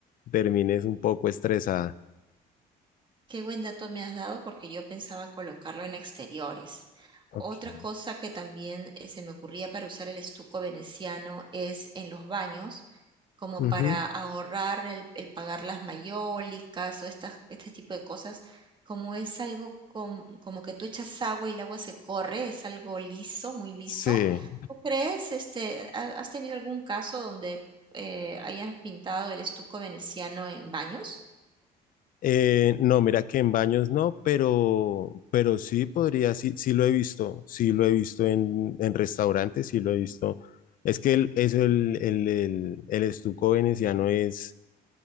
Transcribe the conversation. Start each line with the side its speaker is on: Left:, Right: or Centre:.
Left: termines un poco estresada.
Right: Qué buen dato me has dado porque yo pensaba colocarlo en exteriores.
Left: Ok.
Right: Otra cosa que también eh, se me ocurría para usar el estuco veneciano es en los baños, como
Left: Ujú.
Right: para ahorrar el, el pagar las mayólicas o estas, este tipo de cosas. Como es algo com- como que tú echas agua y el agua se corre, es algo liso, muy liso.
Left: Sí.
Right: ¿Tú crees, este, ha- has tenido algún caso donde eh, hayas pintado el estuco veneciano en baños?
Left: Eh, no, mira que en baños no, pero, pero sí podría, sí, sí lo he visto, sí lo he visto en, en restaurantes, sí lo he visto. Es que el, es el, el, el, el estuco veneciano es,